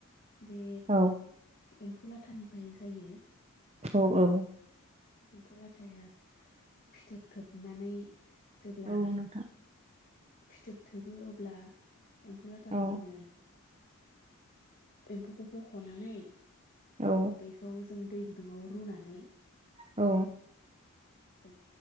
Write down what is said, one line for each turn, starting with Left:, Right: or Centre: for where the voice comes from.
Left: बे
Right: औ
Left: एम्फौ लाथानिफ्राय जायो
Right: औ औ
Left: एम्फौ लाथाया फिथोब थोबनानै जेब्ला
Right: औ नोंथां
Left: फिथोब थोबो अब्ला एम्फौ लाथाखौ
Right: औ
Left: जोङो एम्फौखौ बख'नानै
Right: औ
Left: बेखौ जों दै गुदुङाव रुनानै
Right: औ
Left: जों